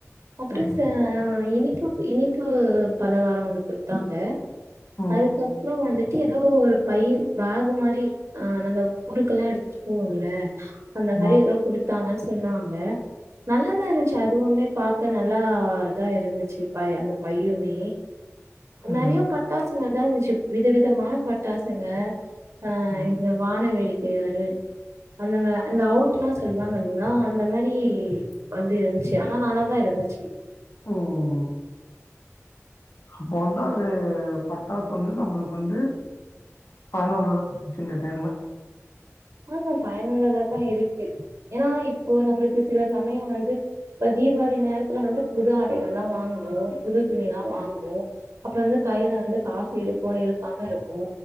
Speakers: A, on the right (about 65°); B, on the left (about 60°).
A: அப்றோ
B: ம்
A: ச ஆ இனிப்பு இனிப்பு பல காரோ ஒண்ணு குடுத்தாங்க
B: ம்
A: அதுக்கப் றோ வந்துட்டு ஏதோ ஒரு பய்யி பேகு மாரி ஆ நம்ம ஊருக்கெல்லா எடுத்து போவோல அந்த
B: ஆமா
A: மாரி ஏதோ குடுத்தாங்கன்னு சொன்னாங்க நல்லாதா இருந்துச்சு அதுவுமே பாக்க நல்லா இதா இருந்துச்சு பை அந்த பையுமே
B: ம்
A: நெறையா பட் டாசுங்க தா இருந்துச்சு விதவிதமான பட்டாசுங்க ஆ
B: ம்
A: இந்த வான வேடிக்கைகள் அந்த வ அந்த அவுட் லா சொல்லுவாங்க இல்லைங்ளா அந்த மாரி வந்து இருன்ச்சு ஆனா நல்லா தா இருந்துச்சு
B: ம் அப்ப வந்து அது பட்டாசு வந்து நம்மளுக்கு வந்து பதினொன்னு தா ஆச்சு இந்த டைம்
A: அ தா பயனுள்ளதா தா இருக்கு ஏனா இப்போ நம்மளுக்கு சில சமயோ வந்து இப்ப தீபாளி நேரதுல வந்து புது ஆடைகள் லா வாங்குவோ புது துணிலா வாங்குவோ அப்போ வந்து கைல வந்து காசு இருக்கு இருக்காம இருக்கு